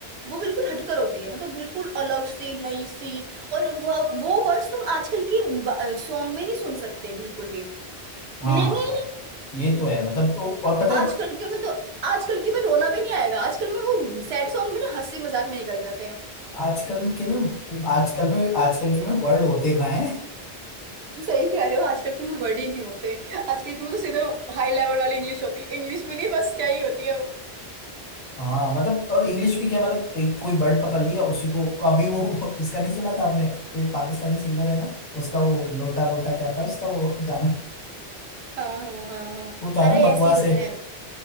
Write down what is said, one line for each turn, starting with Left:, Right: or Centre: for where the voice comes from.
Right: वो बिल्कुल हटकर होती है मतलब बिल्कुल अलग सी नई सी और वह वो वर्ड्स तुम आजकल की सॉन्ग में नहीं सुन सकते बिल्कुल भी
Left: हाँ
Right: मिलेंगे ही नहीं
Left: ये तो है मतलब ओ- और पता
Right: आजकल
Left: है
Right: के में तो आजकल के में रोना भी नहीं आएगा आजकल में वो सैड सॉन्ग भी ना हंसी मजाक में निकल जाते हैं
Left: आजकल के में आजकल में आजकल के में वर्ड होते कहाँ
Right: सही कह रहे हो आजकल के में वर्ड ही नहीं होते आजकल के में तो सीधे हाई लेवल वाली इंग्लिश होती है इंग्लिश भी नहीं बस क्या ही होती है वो
Left: हाँ मतलब और इंग्लिश भी क्या है, मतलब एक कोई बर्ड पकड़ लिया उसी को अभी वो वो उसका नहीं सुना था आपने वो एक पाकिस्तानी सिंगर है ना उसका वो लोटा लोटा क्या था उसका वो गाना
Right: हाँ हाँ हाँ हाँ
Left: वो था ना
Right: अरे
Left: बकवास
Right: ऐसे ही होता
Left: एक
Right: है